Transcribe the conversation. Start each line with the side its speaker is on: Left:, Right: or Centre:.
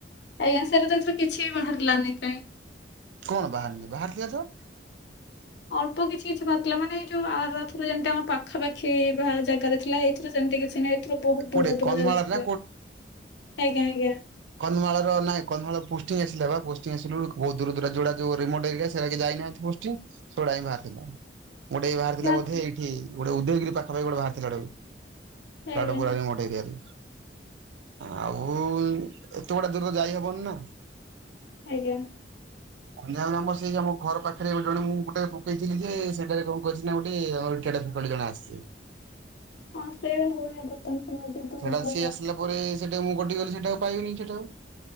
Left: ଆଜ୍ଞା ସାର୍ <unintelligible> ଏଥର କିଛି ବି ବାହାରିଲାନି କାଇଁ।
Right: କଣ ବାହାରିନି ବାହାରିଥିଲା ତ।
Left: ଅଳ୍ପ କିଛି କିଛି ବାହାରିଥିଲା ମାନେ ଏଇ ଯୋଉ ଆରଥର ଯେମିତି ଆମ ପାଖାପାଖି ବାହା ଜାଗରେ ଥିଲା ଏଇଥିର ସେମିତି କିଛି ନାଇଁ। ଏଥର ବୋହୁତ
Right: କୋଉଠି
Left: ଦୂର ଦୂର
Right: କନ୍ଧମାଳରେ
Left: ଜାଗାରେ ଥିଲା
Right: ନା
Left: ଆଜ୍ଞା ଆଜ୍ଞା।
Right: କନ୍ମାଳର ନାଇଁ କନ୍ଧମାଳ ପୋଷ୍ଟିଙ୍ଗି ଆସିଲାବା ପୋଷ୍ଟିଙ୍ଗି ଆସିଲା ବୋଳୁକୁ ବୋହୁତ ଦୂର ଦୂର ଯୋଡ଼ା ଯୋଉ <unintelligible> ସେରା କେହି ଯାଇନାହାନ୍ତି। ପୋଷ୍ଟିଙ୍ଗୀ ସେଗୁଡା ହିଁ ବାହାରିଥିଲା। ଗୋଟେ ଏଇ ବାହାରଥିଲା
Left: ବାହାରିଥିଲା
Right: ବୋଧେ ଏଇଠି ଗୋଟେ ଉଦୟଗିରି ପାଖାପାଖି ଗୋଟେ ବାହାରଥିଲା।
Left: ଆଜ୍ଞା
Right: <unintelligible> ଏରିଆରେ ଆଉ ଏତେ ଗୁଡା ଦୁର ଯାଇହବନି ନା।
Left: ଆଜ୍ଞା।
Right: <inaudible> <unintelligible> ଆମର ସେଇ ଯୋଉ ଆମ ଘର ପାଖେରେ ଗୋ ଜଣେ ମୁଁ ଗୋଟେ ପକେଇଥିଲି ଯେ ସେଟାରେ କଣ କରିଛି ନା ଗୋଟେ ସେଟା <unintelligible> ଜଣେ ଆସିଛି।
Left: ହଁ ସେଇଆ ଭା ହୁଏ। <unintelligible> ଯେହେତୁ
Right: ସେଡ଼ା
Left: ଆମର
Right: ସିଏ ଆସିଲା ପରେ ସେଟା ମୁଁ କଟିଗଲି ସେଟା ଆଉ ପାଇବନି ସେଟା ଆଉ।